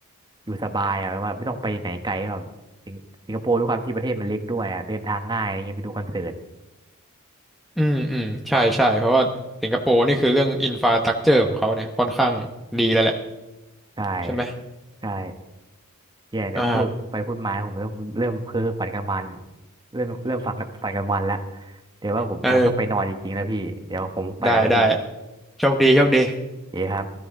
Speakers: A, on the right; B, in the centre.
A: อยู่สบายอะแบบว่าไม่ต้องไปไหนไกลแบบสิงสิงคโปร์ด้วยความที่ประเทศมันเล็กด้วยอะเดินทางง่ายอะไรเงี้ยไปดูคอนเสิร์ต
B: อืมอืมใช่ใช่เพราะว่าสิงคโปร์นี่คือเรื่องอินฟ a า t ต u c เจอร์ของเขาเนี่ยค่อนข้างดีแล้วแหละ
A: ใช่
B: ใช่ไหม
A: ใช่แย่เดี๋ยวพูดไปพูดมาผมเริ่มเริ่มเพ้อฝันกลางวัน
B: อ่า
A: เริ่มเริ่มฝันฝันกลางวันละเดี๋ยวว่าผมคงต้องไปนอนจริงๆแล้วพี่เดี๋ยวผมไปก่อนนะพี่
B: <laughs> เออได้ได้โชคดีโชคดี
A: เจ๊ครับ